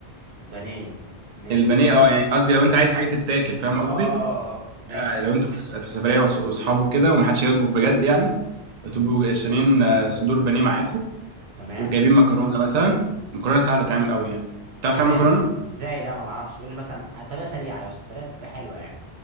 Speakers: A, on the right; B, on the right.
A: بانيه ماشي
B: البانيه اه يعني قصدي لو انت عايز حاجه تتاكل فاهم قصدي
A: اه اه اه اه ماشي
B: يعني لو انتوا في س- في سفرية وأص- واصحابه كده ومحدش هيطبخ بجد يعني فتبقوا
A: امم
B: شارين آه، صدور بانيه معاكم
A: تمام
B: وجايبين مكرونة مثلا مكرونة سهلة تتعمل قوي يعني تعرف
A: بتعمل
B: تعمل
A: إز...
B: مكرونة؟
A: ازاي لا ما معرفش قول لي مثلا آه، طريقه سريعه يا اسطى طريقه تبقى حلوه يعني